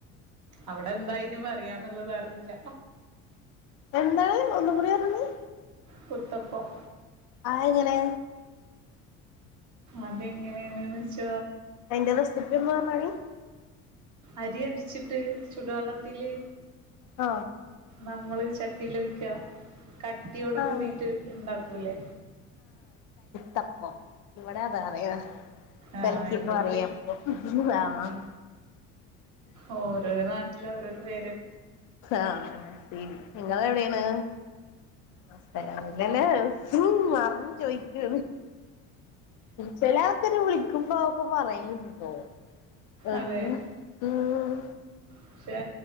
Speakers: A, on the right; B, on the left.
A: അവിടെ എന്താ അയിന് പറയാന്നുള്ളത് അറിയില്ല
B: എന്താണ് ഒന്നുകുടെ <unintelligible>
A: കുത്തപ്പം.
B: ആ എങ്ങനെ?
A: അതെങ്ങനെയാണ് ന്ന് വെച്ചാ.
B: അതിന്റെ റെസിപ്പി ഒന്നു പറഞ്ഞാണി.
A: അരി അടിച്ചിട്ട് ചൂടുവെള്ളത്തില്
B: ആ
A: നമ്മള് ചട്ടീല് ഒയിക്ക കട്ടിയോടെ
B: ആ
A: കൂടിട്ട് ഇണ്ടാക്കൂലേ?
B: തപ്പം ഇവിടെ അതാ പറയാ.
A: ആ
B: കലക്കിയപ്പം
A: ഇവിടെപ്പൊ
B: അറിയപ്പം ആഹ്
A: ഓരോ ഓരോ നാട്ടി ല്ല ഓരോരോ വേ
B: ആ ശരി നിങ്ങളെവിടേണ്? <unintelligible> ഉം മറന്ന് ചോയിക്കാണ് ചെല കൊറേ ആൾക്കാര് വിളിക്കുമ്പോ ഇക്ക പറയലുണ്ട്ട്ടോ ഉം
A: അതെ
B: ഉം
A: പക്ഷെ